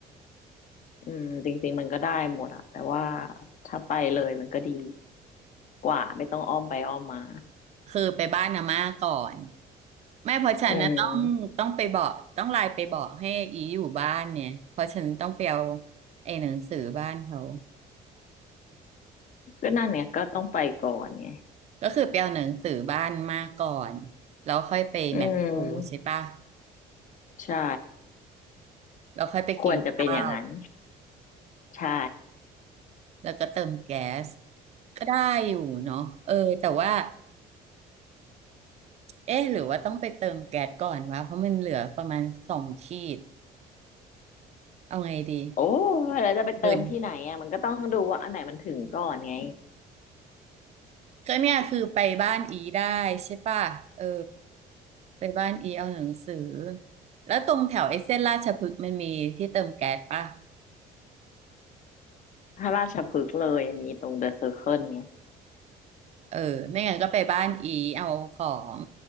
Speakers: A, on the left; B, on the right.
A: อืมจริงๆมันก็ได้หมดอะแต่ว่าถ้าไปเลยมันก็ดีกว่าไม่ต้องอ้อมไปอ้อมมา
B: คือไปบ้านอาม่าก่อนไม่เพราะฉันนะต้องต้องไปบอกต้องไลน์ไปบอกให้อีอยู่บ้านเนี่ยเพราะฉันต้องไปเอา
A: อืม
B: ไอ้หนังสือบ้านเขา
A: ก็นั่นเนี่ยก็ต้องไปก่อนไง
B: ก็คือไปเอาหนังสือบ้านมาก่อนแล้วค่อยไปแมคโครใช่ปะ
A: อืมใช่
B: แล้วค่อยไปกินข้าว
A: ควรจะเป็นอย่างนั้นใช่
B: แล้วก็เติมแก๊สก็ได้อยู่เนาะเออแต่ว่าเอ๊ะหรือว่าต้องไปเติมแก๊สก่อนวะเพราะมันเหลือประมาณสองขีดเอาไงดี
A: โอ้แล้วจะไปเติมที่ไหนอ่ะมันก็ต้องดูว่าอันไหนมันถึงก่อนไง
B: หมื่น ก็เนี่ยคือไปบ้านอีได้ใช่ป่ะเออไปบ้านอีเอาหนังสือแล้วตรงแถวไอ้เส้นราชพฤกษ์มันมีที่เติมแก๊สป่ะ
A: ถ้าราชพฤกษ์เลยมีตรงเดอะเซอร์เคิลไง
B: เออไม่งั้นก็ไปบ้านอีเอาของ